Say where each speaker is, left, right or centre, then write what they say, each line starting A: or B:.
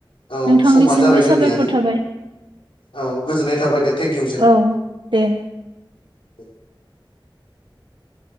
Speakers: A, on the left; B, on the right.
A: औ
B: नोंथांनिसिमबो
A: समा जाबाय जोंनियानो
B: साबायखर थाबाय
A: औ गोजोननाय थाबाय दे थेंकिउ सै।
B: औ दे।
A: <unintelligible>